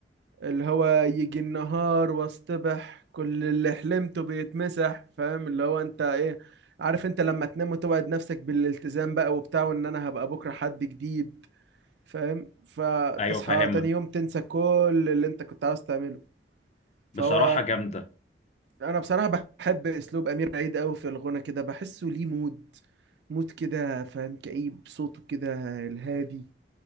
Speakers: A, on the right; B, on the left.
A: اللي هو يجي النهار واصطبح كل اللي حلمته بيتمسح فاهم اللي هو انت ايه عارف انت لما تنام وتوعد نفسك بالالتزام بقى وبتاع وان انا هبقى بكرة حد جديد فاهم فتصحى
B: أيوه فاهمها
A: تاني يوم تنسى كل اللي انت كنت عاوز تعمله فهو
B: بصراحة جامدة
A: انا بصراحة بحب اسلوب امير عيد قوي في الغنى كده بحسه ليه مود مود كده فاهم كئيب صوته كده الهادي